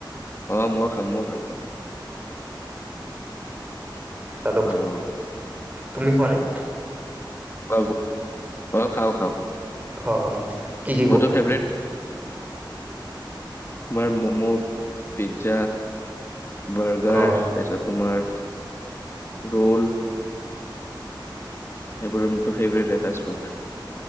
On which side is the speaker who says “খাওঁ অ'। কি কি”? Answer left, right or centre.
Right